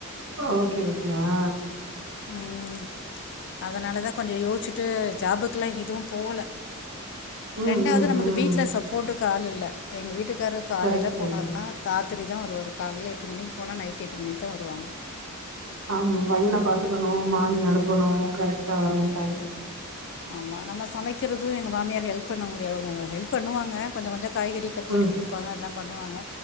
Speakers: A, on the right; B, on the left.
A: ஓகே ஓகே ஆ
B: ம் அதனால தா கொஞ்சோ யோசிச்சுட்டு ஜாபுக்கெல்லா எதுவு போல
A: ம்
B: ரெண்டாவது
A: ம்
B: நமக்கு
A: ம்
B: வீட்ல சப்போர்ட்டுக்கு ஆள் இல்ல எங்க வீட்டுக்காரு காலைல
A: கரெக்ட்டு
B: போனாருனா ராத்திரி தா வருவாரு காலைல எட்டு மணிக்கு போனா நைட்டு எட்டு மணிக்கு தா வருவாங்க
A: ஆமா பையன பாத்துக்கணு மார்னிங் அனுப்பனு கரெக்ட்டா வரு டைம்
B: ஆமா நம்ம சமைக்கிறது எங்க மாமியார் ஹெல்ப் பண்ண முடியாது அவங்க ஹெல்ப் பண்ணுவாங்க கொஞ்சோ கொஞ்சோ காய்கறி கட் பண்ணி
A: ம்
B: குடுப்பாங்க எல்லா பண்ணுவாங்க